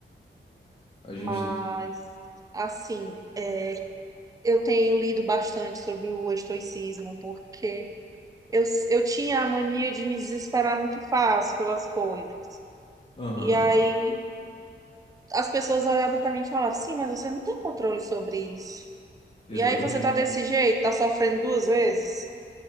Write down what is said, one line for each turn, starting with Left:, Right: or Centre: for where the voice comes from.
Left: A gente...
Right: mas assim, é, eu tenho lido bastante sobre o estoicismo, porque eu, s- eu tinha a mania de me desesperar muito fácil pelas coisas.
Left: Aham,
Right: E aí as pessoas olhavam pra mim e falavam, sim, mas você não tem controle sobre isso.
Left: exatamente.
Right: E aí você tá desse jeito, tá sofrendo duas vezes?